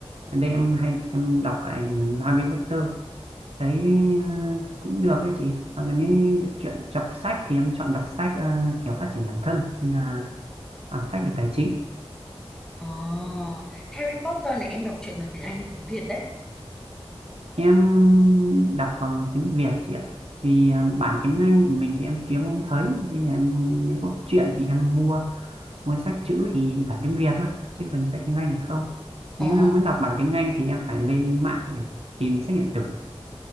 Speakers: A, on the right (about 70°); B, in the centre.
A: gần đây em hay em đọc lại Harry Potter thấy ờ, cũng được đấy chị và nếu được chuyện đọc sách thì em chọn đọc sách ờ, kiểu phát triển bản thân hay là ờ, sách về tài chính
B: Ờ, Harry Potter là em đọc truyện bằng tiếng Anh hay tiếng Việt đấy?
A: em đọc bằng tiếng Việt chị ạ vì ờ, bản tiếng Anh của mình thì em kiếm không thấy nên là em nếu có chuyện thì em mua mua sách chữ thì bản tiếng Việt thôi chứ còn sách tiếng Anh thì không
B: Ờ,
A: nếu em muốn đọc bản tiếng Anh thì em phải lên mạng để tìm sách điện tử